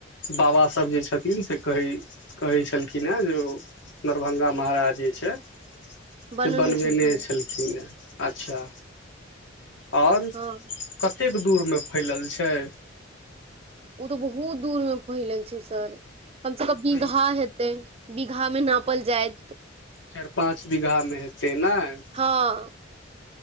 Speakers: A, on the left; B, on the right.
A: बाबा सभ जे छथिन से कहै कहै छलखिन हेँ जे ओ दरभङ्गा महाराज जे छै से
B: बनौने
A: बनबयने
B: छलखुन हेँ
A: छलखिन हेँ अच्छा आओर
B: हँ
A: कते मे फैलल ल छै
B: ओ तऽ बहुत दूर मे फैलल छै सर हम सब के
A: तऽ
B: बिघा हेतै बि घा मे नापल जायत
A: चारि पाँच बीघा मे हेत ते नाइ
B: हँ